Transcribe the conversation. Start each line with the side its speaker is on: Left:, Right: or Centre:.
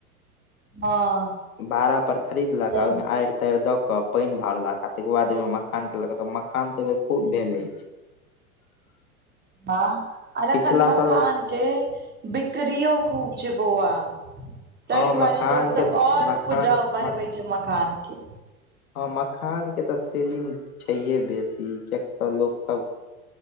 Right: हँ
Left: <inaudible> भाड़ा पर खरीदलक
Right: तऽ
Left: आ ओइम आइर ताइर दऽ कऽ पाइन भरलक आ तै केँ बाद ओइ में मखान केलक तऽ मखान तऽ अए बेर खुब भेले अछी <unintelligible>
Right: हँ अर अखन
Left: पिछला
Right: मखान
Left: साल
Right: केँ बिकरीयो खूब छै बौआ तै
Left: हँ
Right: दुआरे
Left: मखान
Right: लोक सब
Left: के
Right: और
Left: मखान
Right: उपजाउ बढ़बे छै मखान केँ
Left: हँ मखान केँ तऽ सेलिंग छैहे बेसी किय की तऽ लोक सब